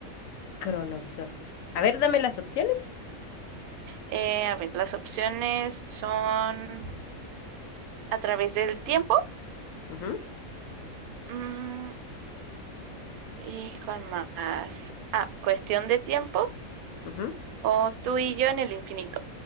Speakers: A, on the left (about 70°); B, on the right (about 80°).
A: cronovisor. A ver, dame las opciones.
B: Eh, a ver, las opciones son a través del tiempo.
A: Ujú,
B: mm, y con más. Ah, cuestión de tiempo
A: ujú.
B: o tú y yo en el infinito.